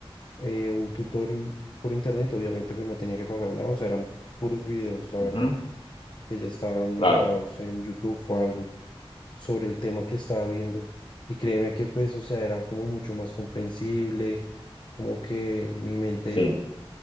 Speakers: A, on the left; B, on the left.
A: eh, un tutor in- por internet, obviamente pues no tenía que pagar nada, o sea, eran puros videos, la verdad,
B: ujú.
A: que ya estaban
B: claro,
A: montados en YouTube o algo sobre el tema que estaba viendo. Y créeme que pues, o sea, era como mucho más comprensible, como que mi mente
B: sí,